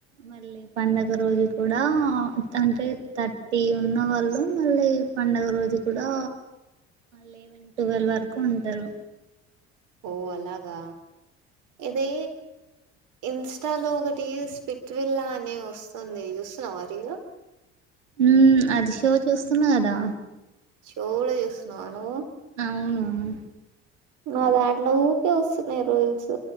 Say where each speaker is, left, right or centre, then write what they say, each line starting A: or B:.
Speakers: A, on the right; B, on the right.
A: మళ్ళీ పండగ రోజు కూడా అంటే థర్టీ ఉన్నవాళ్ళు మళ్ళీ పడుగ రోజు కూడా లెవెన్ ట్వెల్వ్ వరకు ఉంటారు
B: ఓ అలాగా ఇదే ఇన్స్టాలో ఒక రీల్ స్పిట్విల్లా అని వస్తుంది చూస్తున్నాం రీల్
A: ఉ అది షో చూస్తున్నా కదా
B: షో కూడా చూస్తున్నావా నువ్వు
A: అవునువును
B: నా దాంట్లో ఊరికే వస్తున్నాయి రీల్స్